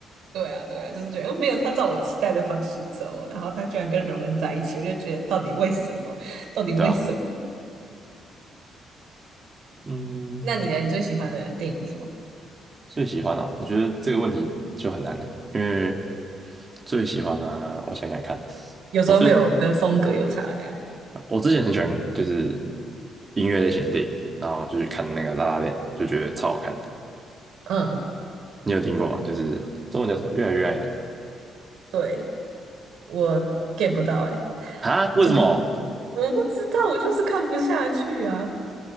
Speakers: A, on the right; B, on the right.
A: 对啊，对啊，就是觉得嗯没有他照我期待的方式走，然后他居然跟荣恩在一起，我就觉得到底为什么？到底为什么？
B: 对吧？嗯，
A: 那你呢？你最喜欢的电影是什么？
B: 最喜欢哦，我觉得这个问题就很难的，因为最喜欢啊，我想想看，
A: 有时候会有跟风格有差的呀。
B: 我最我之前很喜欢就是音乐类型的电影，然后就去看那个《拉拉链》，就觉得超好看的。
A: 嗯，
B: 你有听过吗？就是中文叫什么？越来越爱你
A: 对。我 get 不到哎、
B: 啊？为什么？
A: 总我不知道，我就是看不下去啊。